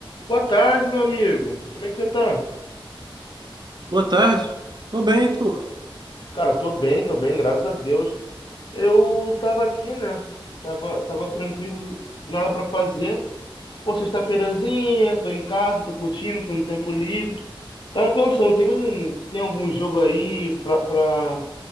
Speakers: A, on the left; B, on the right.
A: Boa tarde, meu amigo. Como é que você tá?
B: Boa tarde. Tô bem, e tu?
A: Cara, tô bem, tô bem, graças a Deus. Eu tava aqui, né? Tava, tava tranquilo, nada pra fazer. Pô, sexta-feirazinha, tô em casa, tô curtindo, tô no tempo livre. Tava pensando, tem, um, tem algum jogo aí pra, pra